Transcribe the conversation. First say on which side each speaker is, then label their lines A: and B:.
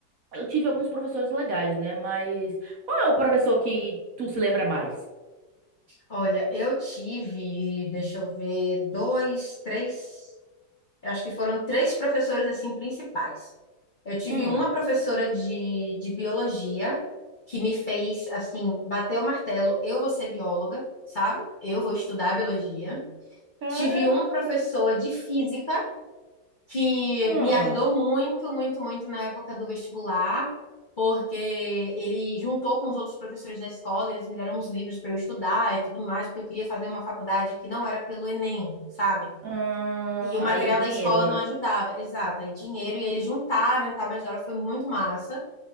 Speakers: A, on the right (about 60°); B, on the left (about 60°).
A: Eu tive alguns professores legais, né? Mas qual é o professor que tu se lembra mais?
B: Olha, eu tive, deixa eu ver, dois, três. Eu acho que foram três professoras assim principais. Eu tive
A: Hum,
B: uma professora de, de biologia que me fez assim bater o martelo, eu vou ser bióloga, sabe? Eu vou estudar biologia.
A: cara.
B: Tive um professor de física que
A: Hum,
B: me ajudou muito, muito, muito na época do vestibular, porque ele juntou com os outros professores da escola, eles me deram uns livros para eu estudar e tudo mais, porque eu queria fazer uma faculdade que não era pelo Enem, sabe?
A: ahn,
B: E o material
A: aí, dinheiro,
B: da escola
A: né?
B: não ajudava, exato. Aí dinheiro e eles juntaram e tal, mas Dora foi muito massa.